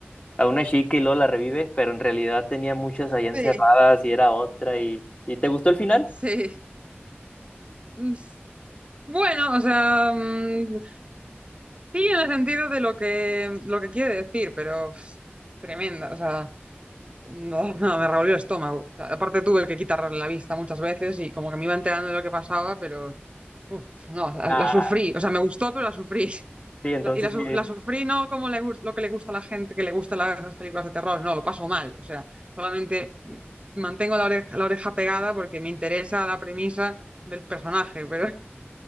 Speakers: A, on the left; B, on the right.
A: a una chica y luego la revive, pero en realidad tenía muchas ahí encerradas
B: sí,
A: y era otra y, ¿y te gustó el final?
B: sí. Mm, Bueno, o sea, mm, sí, en el sentido de lo que, lo que quiere decir, pero pff, tremenda, o sea. No, <laughs> no, me revolvió el estómago. O sea, aparte tuve que quitar la vista muchas veces y como que me iba enterando de lo que pasaba, pero uf, no, la,
A: Ah,
B: la sufrí. O sea, me gustó, pero la sufrí.
A: sí, entonces
B: La- y la,
A: sí,
B: su- la sufrí no como le gus- lo que le gusta a la gente, que le gustan las las películas de terror, no, lo paso mal. O sea, solamente mantengo la oreja, la oreja pegada porque me interesa la premisa del personaje, pero,